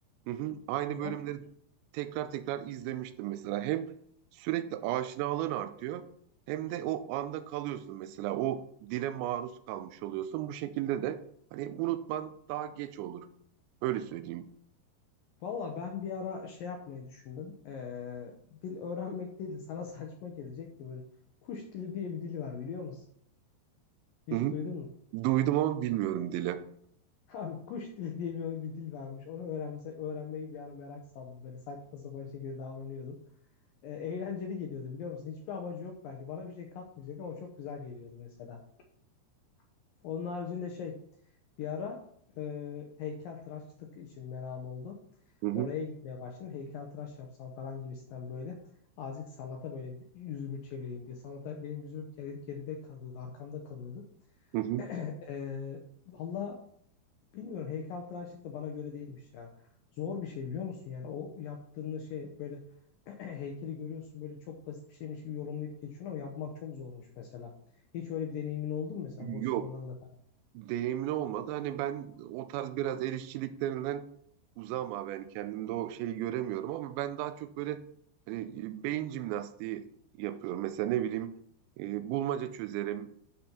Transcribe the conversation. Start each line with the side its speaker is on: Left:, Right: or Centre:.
Right: Hı hı, aynı
Left: Güzel
Right: bölümleri
Left: fikir.
Right: tekrar tekrar izlemiştim mesela. Hem sürekli aşinalığın artıyor hem de o anda kalıyorsun mesela. O dile maruz kalmış oluyorsun. Bu şekilde de hani unutman daha geç olur. Öyle söyleyeyim.
Left: Valla ben bir ara şey yapmayı düşündüm. Ee, dil öğrenmek değil de sana <laughs> saçma gelecekti böyle. Kuş dili diye bir dil var biliyor musun? Hiç
Right: Hı hı.
Left: duydun mu?
Right: Duydum ama bilmiyorum dile.
Left: Abi kuş dili diye bir, bir dil varmış. Onu öğrenmesek öğrenmeyi bir ara merak saldım. Böyle saçma sapan şekilde davranıyordum. Ee, eğlenceli geliyordu biliyor musun? Hiçbir amacı yok belki. Bana bir şey katmayacak ama çok güzel geliyordu mesela. <clears throat> Onun haricinde şey bir ara e, heykeltıraşçılık için merakım oldu.
Right: Hı hı.
Left: Oraya gitmeye başladım. Heykeltıraş yapsam falan gibisinden böyle azıcık sanata böyle yüzümü çevireyim diye. Sanata benim yüzüm geri- geride kalıyordu, arkamda kalıyordu.
Right: Hı hı.
Left: <clears throat> Ee, Vallahi bilmiyorum heykeltıraşlık da bana göre değilmiş ya. Zor bir şey biliyor musun? Yani o yaptığın şey böyle <clears throat> heykeli görüyorsun böyle çok basit bir şeymiş gibi yorumlayıp geçiyorsun ama yapmak çok zormuş mesela. Hiç öyle bir deneyimin oldu mu mesela
Right: Yok.
Left: boş zamanlarında? falan?
Right: Deneyimli olmadı. Hani ben o tarz biraz el işçiliklerinden uzağım abi. Yani kendimde o şeyi göremiyorum ama ben daha çok böyle hani beyin jimnastiği yapıyorum. Mesela ne bileyim e, bulmaca çözerim.